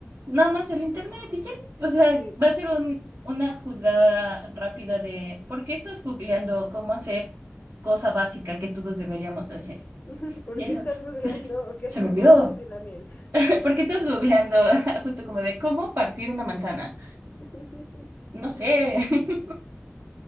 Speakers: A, on the right; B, on the left.
A: nada más el internet y ya. O sea,
B: Sí.
A: va a ser un, una juzgada rápida de, ¿por qué estás googleando cómo hacer cosa básica que todos deberíamos de hacer?
B: <laughs> ¿Por
A: Y eso,
B: qué estás googleando
A: pues,
B: que
A: se
B: es
A: me
B: un
A: olvidó.
B: tejón de la miel?
A: <laughs> ¿Por qué estás googleando <laughs> justo como de cómo partir una manzana?
B: <laughs>
A: No sé. <laughs>